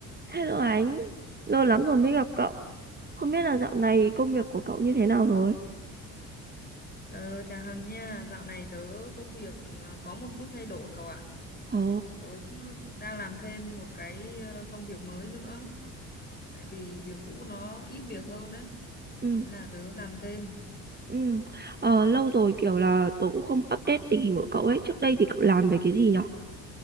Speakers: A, on the right; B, on the left.
A: Hello anh, lâu lắm rồi mới gặp cậu. Không biết là dạo này công việc của cậu như thế nào rồi?
B: Ờ, chào Hằng nha, dạo này tớ công việc ờ, có một chút thay đổi cậu ạ.
A: Ồ,
B: Tớ đang làm thêm một cái ờ, công việc mới nữa, tại vì việc cũ nó ít việc hơn đấy.
A: ừ,
B: Thế là tớ làm thêm.
A: ừ. Ờ, lâu rồi kiểu là tớ cũng không update tình hình của cậu ấy. Trước đây thì cậu làm về cái gì nhở?